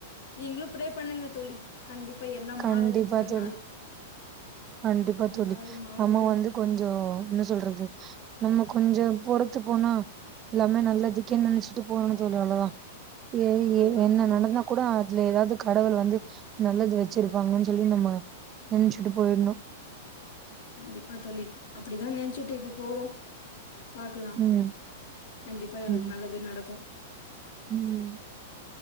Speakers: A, on the left; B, on the right.
A: நீங்களு ப்ரே பண்ணுங்க தோழி கண்டிப்பா எல்லாம்
B: கண்டிப்பா
A: மாறு ஒரு
B: தோழி
A: நாள்
B: கண்டிப்பா
A: ஒரு
B: தோழி
A: நாள் மாறு
B: நம்ம வந்து கொஞ்சோ என்ன சொல்றது நம்ம கொஞ்சோ பொறுத்து போனா எல்லாமே நல்லதுக்கேன்னு நெனைச்சிட்டு போகணு தோழி அவ்ளோதா ஏ
A: அவ்ளோதா
B: எ என்ன
A: தோழி.
B: நடந்த கூட அதுல ஏதாவது கடவுள் வந்து நல்லது வச் வச்சிருப்பாங்கன்னு சொல்லி நம்ம நெனைச்சுட்டு போயிர்ணு
A: கண்டிப்பா தோழி அப்படிதா நெனச்சிட்டு இப்ப போறோ பாக்கலா
B: ம்
A: கண்டிப்பா
B: ம்
A: நல்லதே நடக்கு
B: ம்